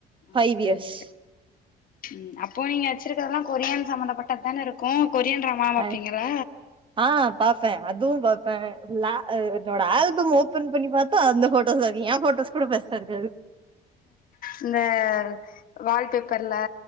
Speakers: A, on the right (about 30°); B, on the left (about 55°).
A: ஃபைவ்
B: ஒக்கே
A: இயர்ஸ்
B: ஒக்கே ம் அப்ப நீ வெச்சிருக்கதல்ல கொரியன் சம்மந்தப்பட்டதானே இருக்கும் கொரியன் ட்ராமா பாப்பீங்கல்ல
A: அ அ பாப்பேன் அதுவும் பாப்பேன் ல்லா என்னோட ஆல்பம் ஓபன் பண்ணி பாத்தா அந்த போட்டோஸ் இருக்கும் ய போட்டோஸ் கூட ஃபஸ்டாருக்காது
B: இந்த வால்பேப்பர்ல